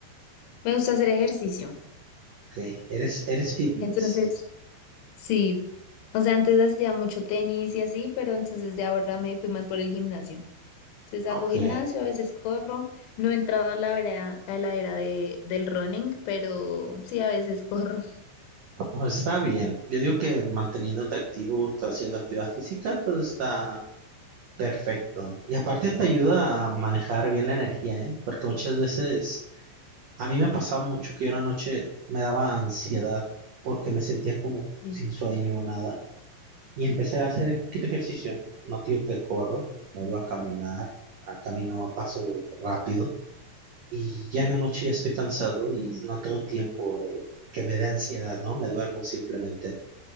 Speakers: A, on the left; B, on the right.
A: Me gusta hacer ejercicio.
B: Ok, eres, eres fitness.
A: Entonces, sí. O sea, antes hacía mucho tenis y así, pero entonces de ahora me fui más por el gimnasio. Entonces
B: Ok,
A: hago gimnasio, a veces corro. No he entrado a la era, a la era de, del running, pero sí, a veces <laughs> corro.
B: bueno, está bien. Yo digo que manteniéndote activo, haciendo actividad física, todo está Perfecto. Y aparte te ayuda a manejar bien la energía, ¿eh? Porque muchas veces a mí me pasaba mucho que yo una noche me daba ansiedad porque me sentía como
A: Sí,
B: sin sueño o nada. Y empecé a hacer un poquito de ejercicio. No digo que corro, me voy a caminar, a camino a paso rápido. Y ya en la noche ya estoy cansado y no tengo tiempo de que me dé ansiedad, ¿no? Me duermo simplemente,